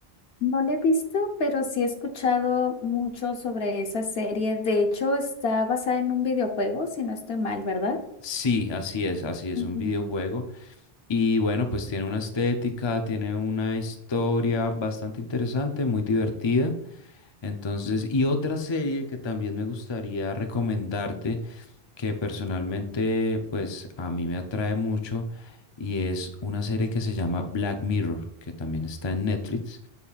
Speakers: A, on the left (about 75°); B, on the left (about 30°).
A: No la he visto, pero sí he escuchado mucho sobre esa serie. De hecho, está basada en un videojuego, si no estoy mal, ¿verdad?
B: Sí, así es, así es
A: Ujú.
B: un videojuego. Y bueno, pues tiene una estética, tiene una historia bastante interesante, muy divertida. Entonces, y otra serie que también me gustaría recomendarte, que personalmente, pues a mí me atrae mucho, y es una serie que se llama Black Mirror, que también está en Netflix,